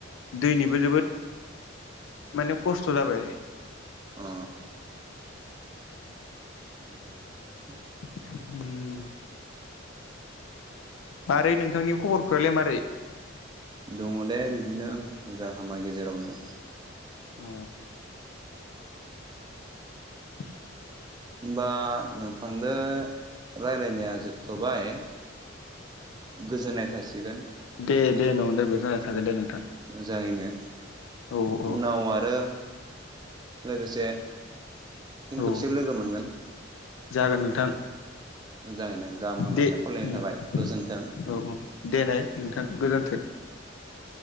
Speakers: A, on the left; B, on the right.
A: दैनिबो जोबोद माने खस्थ' जाबाय
B: अ मोजाङानो
A: उम मारै नोंथांनि खबरफ्रालाय मारै?
B: दंङ दे बिदिनो मोजां हामा गेजेरावनो।
A: औ। <inaudible>
B: होमबा नोंथांदो राय्लायनाया जोबथ'बाय। गोजोननाय थासिगोन।
A: दे दे नदो जाना थागोन दे नोंथां
B: मोजाङैनो
A: औ औ
B: उनाव आरो लोगोसे फिन
A: औ
B: खेबसे लोगो मोनगोन
A: जागोन नोंथां।
B: मोजाङैनो गाहाम हामलायनाय
A: दे
B: खावलायनाय
A: उम
B: थाबाय गोजोन्थों।
A: औ औ दे नाय नोंथां गोजोन्थों